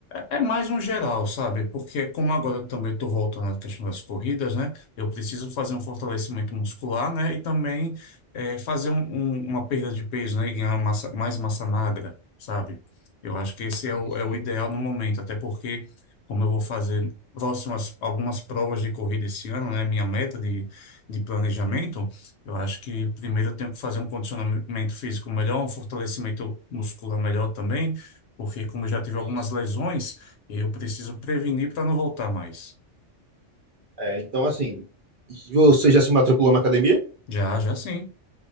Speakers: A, on the left (about 70°); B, on the right (about 55°).
A: É é mais um geral, sabe? Porque como agora eu também estou voltando à questão das corridas, né? Eu preciso fazer um fortalecimento muscular, né? E também eh, fazer um- um- uma perda de peso, né? E ganhar massa- mais massa magra, sabe? Eu acho que esse é
B: Sim,
A: o,
B: sim,
A: é o ideal no momento, até porque como eu vou fazer próximas, algumas provas de corrida esse ano, né? Minha meta de, de planejamento, eu acho que primeiro eu tenho que fazer um condicionamento físico melhor, um fortalecimento muscular melhor também porque como eu já tive
B: sim,
A: algumas
B: sim.
A: lesões, eu preciso prevenir para não voltar mais.
B: É, então, assim, você já se matriculou na academia?
A: Já, já sim.